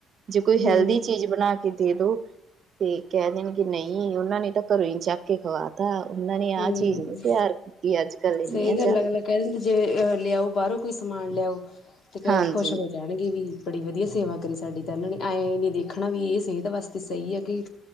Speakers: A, on the right; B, on the left.
A: ਜੇ ਕੋਈ
B: ਹਮ
A: ਹੈਲਦੀ ਚੀਜ਼ ਬਣਾ ਕੇ ਦੇ ਦੋ ਠੀਕ ਐ ਜਾਣੇ ਕਿ ਨਹੀਂ ਉਹਨਾਂ ਨੇ ਤਾਂ ਘਰੋਂ ਹੀ ਚੈੱਕ ਕੇ ਖਵਾ ਤਾਂ ਉਹਨਾਂ ਨੇ ਆਹ
B: ਹਮ
A: ਚੀਜ਼ ਨਹੀਂ ਤਿਆਰ ਕੀਤੀ ਅੱਜ ਕੱਲ ਇੰਨੀਆਂ
B: ਸਹੀ
A: ਚਾ।
B: ਗੱਲ ਅਗਲਾ ਕਹਿ ਦਿੰਦੇ ਜੇ ਲਿਆਓ ਬਾਹਰੋਂ ਕੋਈ ਸਮਾਨ ਲਿਆਓ ਤੇ ਕ
A: ਹਾਂਜੀ
B: ਖੁਸ਼ ਨੇ ਕਹਿਣਗੇ ਵੀ ਬੜੀ ਵਧੀਆ ਸੇਵਾ ਕਰੀ ਸਾਡੀ ਤਾਂ ਇਹਨਾਂ ਨੇ ਐਏਂਨ ਦੇਖਣਾ ਵੀ ਇਹ ਸਿਹਤ ਵਾਸਤੇ ਸਹੀ ਹੈ ਕੇ